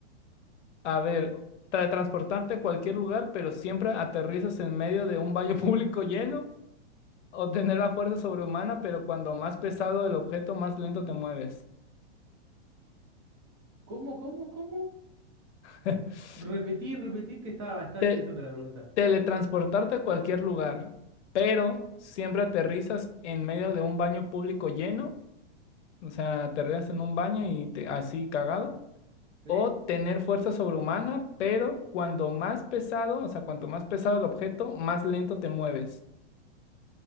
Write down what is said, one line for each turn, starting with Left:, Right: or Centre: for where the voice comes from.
Left: A ver, tra transportarte a cualquier lugar pero siempre aterrizas en medio de un baño <laughs> público lleno. O tener la fuerza sobrehumana, pero cuando más pesado el objeto, más lento te mueves.
Right: ¿Cómo, cómo, cómo?
Left: <laughs>
Right: Repetí, repetí que está, está
Left: Te-
Right: interesante la pregunta.
Left: teletransportarte a cualquier lugar, pero siempre aterrizas en medio de un baño público lleno, o sea, aterrizas en un baño y te- así cagado.
Right: ¿Sí?
Left: O tener fuerza sobrehumana, pero cuando más pesado, o sea, cuanto más pesado el objeto, más lento te mueves.